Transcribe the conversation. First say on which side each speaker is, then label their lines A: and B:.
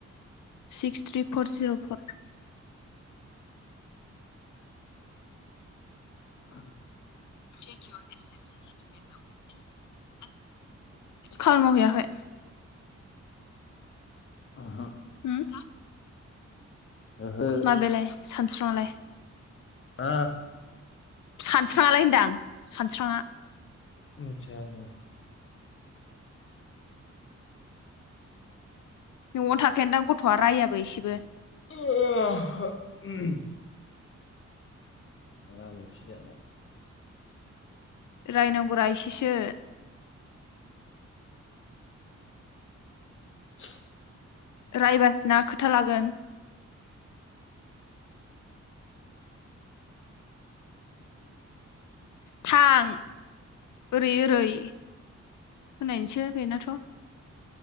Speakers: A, on the left; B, on the left.
A: सिक्स थ्रि फर जिर' फर।
B: <inaudible>
A: <inaudible> खामानि मावहैयाखै?
B: ओहो
A: उम्म
B: ओहो
A: माबायालाय? सानस्रांङालाय?
B: ओ
A: सानस्रांङालाय होनदां सानस्रांङा?
B: मिथिया आंङो।
A: न'आवनो थाखायदां गथ'आ रायाबो इसेबो।
B: <inaudible> मा मैखि जानो?
A: रायनांगौ रा इसेसो।
B: <unintelligible>
A: रायबा ना खोथा लागोन। थां ओरै ओरै होननायसै बेनाथ'